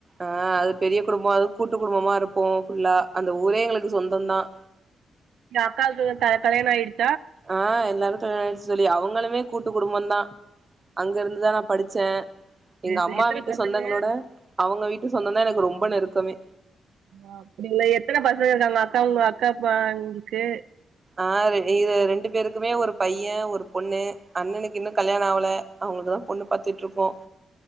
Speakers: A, on the right; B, on the right.
A: ஆ அது பெரிய குடும்பம் அது கூட்டு குடும்பமா இருப்போம் ஃபுல்லா அந்த ஊரே எங்களுக்கு சொந்தம் தான்
B: எங்க அக்காக்கு க கல்யாணம் ஆயிடுச்
A: ஆ எல்லாருக்கும் கல்யாணம் ஆயிச்சி தோழி அவுங்களுமே கூட்டு குடும்பம் தான் அங்க இருந்துதான் நான் படிச்சேன்
B: சரி
A: எங்க
B: சரி
A: அம்மா
B: எத்தன
A: வீட்டு
B: பசங்க
A: சொந்தங்களோட அவுங்க வீட்டு சொந்தம் தான் எனக்கு ரொம்ப நெருக்கமே
B: ஆ அப்டிங்களா எத்தன பசங்க இருக்காங்க அக்கா உங்க அக்காப் பங்களுக்கு
A: ஆ இ ரெண்டு பேருக்குமே ஒரு பையன் ஒரு பொண்ணு அண்ணனுக்கு இன்னும் கல்யாணம் ஆவல அவுங்களுக்குதான் பொண்ணு பாத்துட்டு இருக்கோம்